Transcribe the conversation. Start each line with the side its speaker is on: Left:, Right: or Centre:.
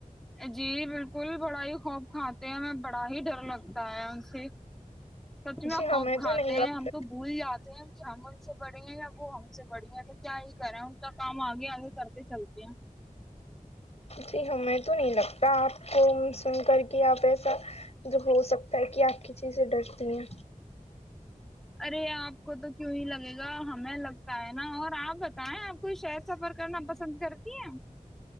Centre: جی بالکل بڑا ہی خوف کھاتے ہیں ہم بڑا ہی ڈر لگتا تا ان سے سب چی میں
Left: جی
Centre: خوف
Left: ہمیں
Centre: کھاتے
Left: تو نہیں لگتا
Centre: ہیں ہم تو بھول جاتے ہیں کہ ہم ان سے بڑے ہیں یا وہ ہم سے بڑے ہیں تو کیا یہ کریں ان کا کام آگے آگے کرتے چلتے ہیں
Left: جی ہمیں تو نہیں لگتا آپ کو سن کر کے آپ ایسا جو ہو سکتا ہے کہ آپ کسیز سے ڈرتی ہیں
Centre: ارے آپ کو تو کیوں ہی لگے گا ہمیں لگتا ہے نا اور آپ بتائیں آپ کو شہر سفر کرنا پسند کرتی ہے